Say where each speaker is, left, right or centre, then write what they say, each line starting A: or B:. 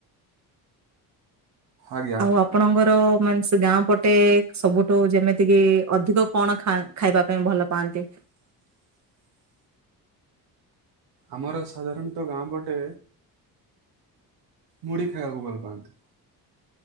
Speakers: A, on the right; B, on the right.
A: ଆଜ୍ଞା।
B: ଆଉ ଆପଣଙ୍କର ମାନେ ସେ ଗାଁ ପଟେ ସବୁଠୁ ଯେମିତି କି ଅଧିକ କଣ ଖାଆନ୍ତି? ଖାଇବା ପାଇଁ ଭଲ ପାଆନ୍ତି।
A: ଆମର ସାଧାରଣତଃ ଗାଁ ପଟେ ମୁଢ଼ି ଖାଇବାକୁ ଭଲ ପାଆନ୍ତି।